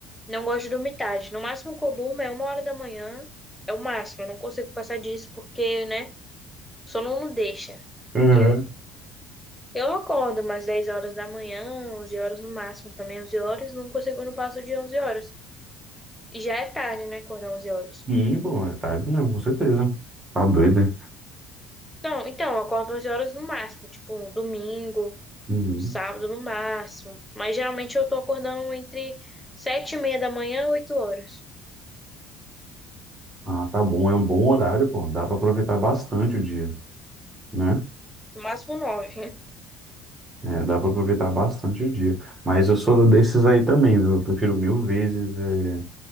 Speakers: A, in the centre; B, on the right.
A: não gosto de dormir tarde. No máximo que eu durmo é uma hora da manhã, é o máximo, eu não consigo passar disso porque, né, o sono não deixa.
B: Uhum.
A: E eu Eu acordo umas 10 horas da manhã, 11 horas no máximo, também 11 horas, nunca segundo passo de onze horas. E já é tarde, né, acordar 11 horas.
B: Sim, pô, é tarde mesmo, com certeza. Tá doido, né?
A: Então, então, eu acordo 11 horas no máximo, tipo, um domingo,
B: Uhum.
A: sábado no máximo. Mas geralmente eu tô acordando entre 7 e meia da manhã e 8 horas.
B: Ah, tá bom, é um bom horário, pô. Dá pra aproveitar bastante o dia, né?
A: No máximo 9.
B: É, dá para aproveitar bastante o dia. Mas eu sou desses aí também, viu? Eu prefiro mil vezes é,